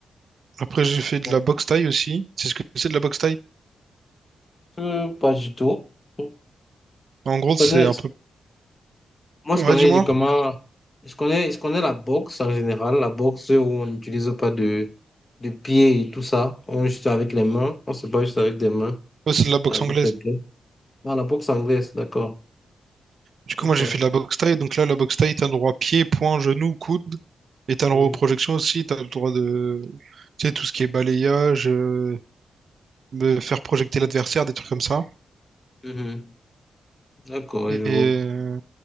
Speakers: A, on the right; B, on the left.
A: Après, j'ai fait de
B: Ouais.
A: la boxe thaï aussi. C'est ce que c'est de la boxe thaï.
B: Euh, pas du tout. Je
A: En gros,
B: connais,
A: c'est un
B: je-
A: peu.
B: moi,
A: Ouais,
B: je connais
A: dis-moi.
B: uniquement. Je connais, je connais la boxe en général. La boxe où on n'utilise pas de, de pieds et tout ça. On est juste avec les mains. On se bat juste avec des mains
A: Ouais, c'est de la boxe
B: et avec
A: anglaise.
B: les pieds. Ah, la boxe anglaise, d'accord.
A: Du
B: Ok.
A: coup, moi, j'ai fait de la boxe thaï. Donc là, la boxe thaï, t'as le droit pied, poing, genou, coude. Et t'as le
B: Oui.
A: droit aux projections aussi. T'as le droit de. Tu sais, tout ce qui est balayage, euh, de faire projeter l'adversaire, des trucs comme ça.
B: Mhm. D'accord,
A: Et.
B: je vois.
A: euh,